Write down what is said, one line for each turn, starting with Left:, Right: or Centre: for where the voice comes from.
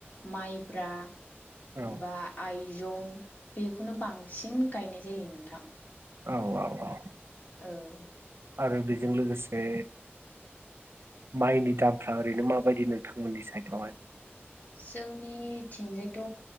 Left: माइब्रा
Right: औ
Left: बा आइ जं बेखौनो बांसिन गायनाय जायो नोंथां।
Right: औ औ औ
Left: औ
Right: आरो बेजों लोगोसे माइनि दामफ्रा ओरैनो माबायदि नोंथांमोननि सायथावहाय?
Left: जोंनिथिंजायथ'